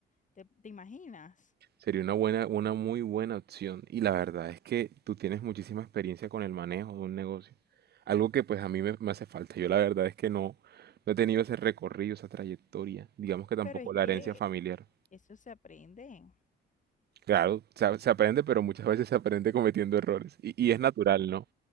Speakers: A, on the left; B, on the right.
A: ¿te, te imaginas?
B: Sería una buena, una muy buena opción. Y la verdad es que tú tienes muchísima experiencia con el manejo de un negocio. Algo que pues a mí me, me hace falta. Yo la verdad es que no, no he tenido ese recorrido, esa trayectoria. Digamos que tampoco
A: Pero es que
B: la herencia familiar.
A: eso se aprende.
B: Claro, se, a- se aprende, pero muchas veces se aprende cometiendo errores. Y, y es natural, ¿no?